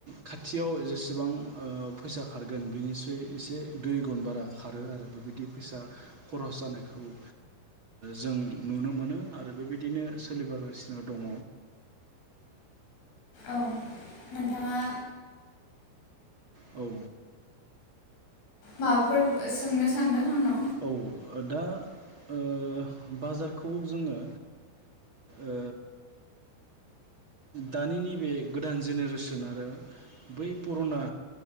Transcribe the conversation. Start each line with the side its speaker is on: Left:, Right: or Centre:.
Right: खाथियाव जेसेबां ओ फैसा खारगोन बिनिसय एसे दुइ गुन बारा खारो आरो बेबायदि फैसा खरस जानायखौ ओ जों नुनो मोनो आरो बेबायदिनो सोलिबोगासिनो दङ।
Left: औ नोंथाङा
Right: औ।
Left: माबाफोर सोंनो सान्दों आंनाव?
Right: औ दा ओ बाजारखौ जोङो ओ दानि नैबे गोदान जेनेरेसन आरो बै पुराना